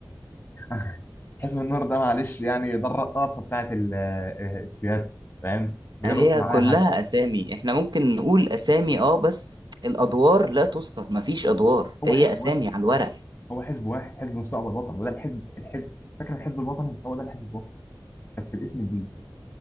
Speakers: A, on the left; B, on the right.
A: <laughs> حزب النور ده معلش يعني ده الرقاصه بتاعت ال- آه، السياسه فاهم بيرقص
B: هي
A: مع
B: كلها
A: اي حد
B: اسامي احنا ممكن نقول اسامي اه بس الادوار لا تذكر مفيش ادوار
A: هو
B: هي
A: حزب
B: اسامي
A: واحد
B: على الورق
A: هو حزب واحد حزب مستقبل الوطن وده الحزب الحزب فاكر الحزب الوطني هو ده الحزب الوطني بس باسم جديد